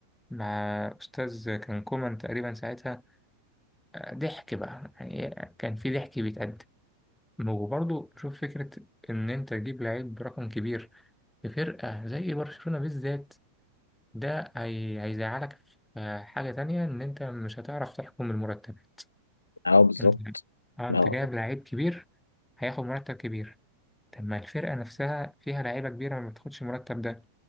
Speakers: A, in the centre; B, on the left.
A: مع أستاذ كان كومان تقريبا ساعتها آه، ضحك بقى يعني كان في ضحك بيتقدم وبرضه شوف فكرة إن أنت تجيب لعيب برقم كبير في فرقة زي برشلونة بالذات ده هي... هيزعلك في حاجة تانية إن أنت مش هتعرف تحكم المرتبات
B: أه بالظبط
A: أنت أه
B: ما
A: أنت
B: هو
A: جايب لعيب كبير هياخد مرتب كبير طب ما الفرقة نفسها فيها لعيبة كبيرة ما بتاخدش المرتب ده